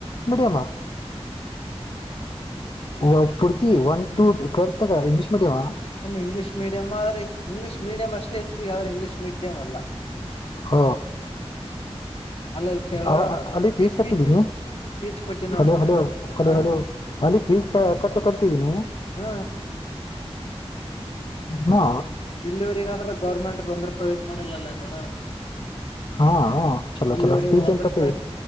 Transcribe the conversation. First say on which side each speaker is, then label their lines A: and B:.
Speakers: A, on the left; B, on the left.
A: ಮ್ಮ ಹ ಪುರ್ತಿ ಒನ್ ಟು ಟೆಂಥ್ ತಗ ಇಂಗ್ಲಿಷ್ ಮೀಡಿಯಮ
B: ಇಂಗ್ಲೀಷ್ ಮೀಡಿಯಂ ಆದೆ ಇಂಗ್ಲೀಷ್ ಮೀಡಿಯಂ ಅಷ್ಟೇ ಹೆಸರಿಗ ಆದ್ರೆ ಇಂಗ್ಲಿಷ್ ಮೇಡಂಅಲ್ಲ
A: ಹ
B: ಅಲ್ಲ ಇಲ್ ಕೇಳು
A: ಅವ ಅಲ್ಲಿ ಫೀಸ್
B: ಸ್ಪೀಚ್
A: ಕಟ್ಟಿದ್ದೀನಿ
B: ಸ್ಪೀಚ್ ಕೊಟ್ಟಿ ನೋಡು
A: ಹಲೋ ಹಲೋ
B: ಫೇರ್ವೆಲ್
A: ಹಲೋ
B: ಹ
A: ಹಲೋ ಅಲ್ಲಿ ಫೀಸ್ ಕಟ್ಟು ಕಲ್ತಿದ್ದಿ ನೀ
B: ಹ್ಮ
A: ಹಾ
B: ಇಲ್ಲಿವರಿಗಾದ್ರೆ ಗೌರ್ಮೆಂಟ್ ತೊಂದ್ ರೂಪಾಯಿ ಯೂಸ್ ಮಾಡಿಲ್ಲಲ್ಲ ನಾನ
A: ಹಾ ಚಲೋ
B: ಇಲ್ಲಿವ್ರಗ
A: ಚಲೋ ಸ್ಪೀಚ್
B: ಒಂದ್
A: ಏನ್
B: ರೂಪಾಯಿ
A: ಕೊಟ್ಟಿ